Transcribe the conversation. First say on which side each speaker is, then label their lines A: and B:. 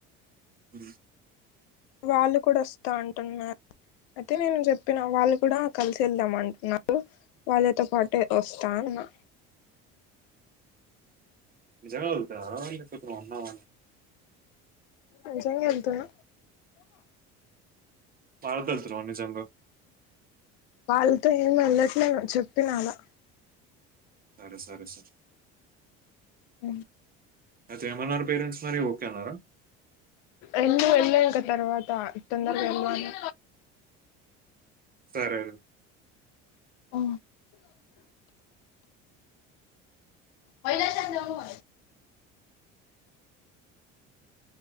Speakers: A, on the right (about 30°); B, on the left (about 90°).
A: అ
B: వాళ్ళు కూడా వస్తా అంటున్నారు అయితే నేను చెప్పిన వాళ్ళు కూడా కలిసి వెళ్దాం అంటున్నారు వాళ్ళతో పాటే వస్తా అన్నా
A: జంగా ఉతు అరవపో అన్నావ
B: మజంగా ఎతునా
A: పారదలుతు రాన్ని చంగా
B: వాళ్ళతో ఏం వెళ్ళట్లేను చెప్పిన అలా
A: సరే సరే సరే
B: అ
A: అతే ఏమ అన పేరెంట్స్ మరి ఓక అన్నార
B: రన్నడు వెళ్ళాక తర్వాత తొందరగా వెళ్మను
A: సరేండి
B: ఆ మైనా సాంజవును మ